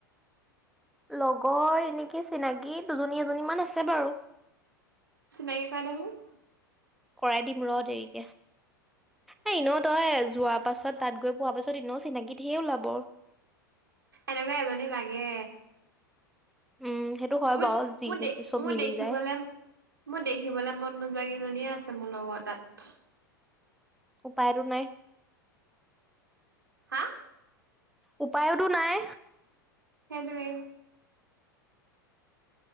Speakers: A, in the centre; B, on the right.
A: লগৰ এনেকে চিনাকী দুজনী এজনী মান আছে বাৰু।
B: চিনাকী কৰাই দেহোন।
A: কৰাই দিম ৰ' দেৰিকে।
B: <inaudible>
A: এ এনেও তই যোৱা পাছত, তাত গৈ পোৱা পাছত এনেও চিনাকী ধেৰে ওলাব।
B: এনেকুৱা এজনী লাগে
A: উম সেইটো হয়
B: মোৰ
A: বাৰু যি
B: মোৰ
A: নেকি
B: দে
A: চব
B: মোৰ
A: মিলি
B: দেখিবলে
A: যায়
B: মই দেখিবলে মন নোযোৱা কেইজনীয়ে আছে মোৰ লগৰ তাত।
A: উপায়টো নাই।
B: হাঁ?
A: উপায়োতো নাই।
B: সেইটোৱে